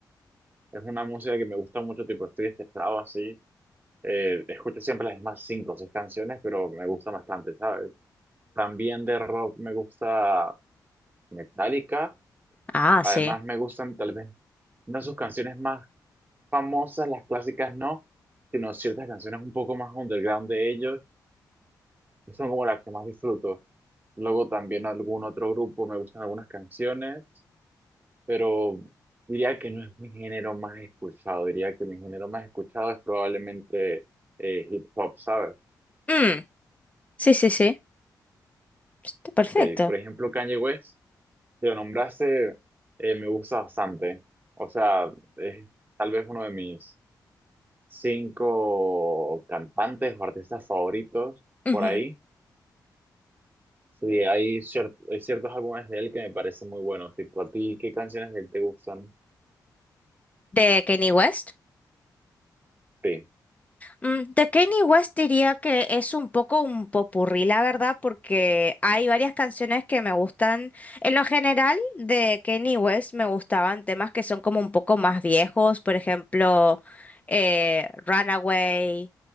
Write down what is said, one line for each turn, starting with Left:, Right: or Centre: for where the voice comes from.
Right: Es una música que me gusta mucho, tipo, estoy estresado así. Eh, escucho siempre las mismas cinco o seis canciones, pero me gusta bastante, ¿sabes? También de rock me gusta Metallica.
Left: Ah,
Right: Además,
Left: sí.
Right: me gustan tal vez una de sus canciones más famosas, las clásicas no, sino ciertas canciones un poco más underground de ellos, que son como las que más disfruto. Luego también algún otro grupo, me gustan algunas canciones, pero diría que no es mi género más escuchado, diría que mi género más escuchado es probablemente eh, hip hop, ¿sabes?
Left: Mm, Sí, sí, sí. Está perfecto.
Right: Sí, por ejemplo, Kanye West, que lo nombraste, eh, me gusta bastante. O sea, es tal vez uno de mis cinco cantantes o artistas favoritos
Left: Ujú.
Right: por ahí. Sí, hay, cier- hay ciertos álbumes de él que me parecen muy buenos. Tipo, ¿a ti qué canciones de él te gustan?
Left: ¿De Kanye West?
Right: Sí.
Left: Mm, De Kanye West diría que es un poco un popurrí, la verdad, porque hay varias canciones que me gustan. En lo general, de Kanye West me gustaban temas que son como un poco más viejos, por ejemplo, eh, Runaway.